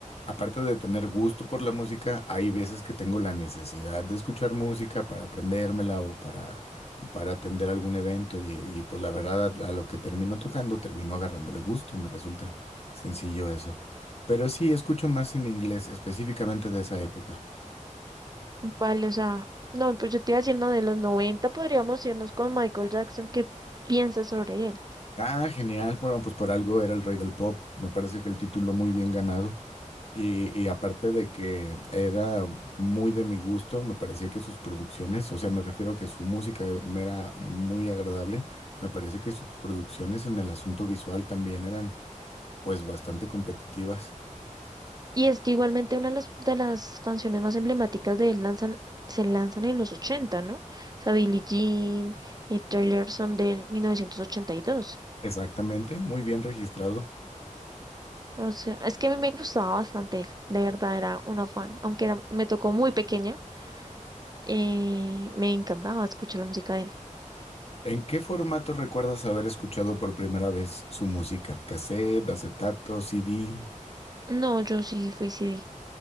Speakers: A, on the left; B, on the right.
A: Aparte de tener gusto por la música, hay veces que tengo la necesidad de escuchar música para aprendérmela o para, para atender algún evento y, y, pues la verdad a, a lo que termino tocando termino agarrándole gusto, me resulta sencillo eso. Pero sí, escucho más en inglés, específicamente de esa época.
B: vale, o sea, no, pues yo te iba diciendo de los 90 podríamos irnos con Michael Jackson, ¿qué piensas sobre él?
A: Ah, genial, bueno, pues por algo era el rey del pop, me parece que el título muy bien ganado. Y, y aparte de que era muy de mi gusto, me parecía que sus producciones, o sea, me refiero que su música me era muy agradable, me parece que sus producciones en el asunto visual también eran pues bastante competitivas.
B: Y es que igualmente una de las, de las canciones más emblemáticas de él lanzan, se lanzan en los 80, ¿no? O sea, Billie Jean y Taylor son de 1982.
A: Exactamente, muy bien registrado.
B: O sea, es que a mí me gustaba bastante él, de verdad era una fan, aunque era, me tocó muy pequeña, eh, me encantaba escuchar la música de él.
A: ¿En qué formato recuerdas haber escuchado por primera vez su música? ¿Cassette, acetato, CD?
B: No, yo sí fui CD,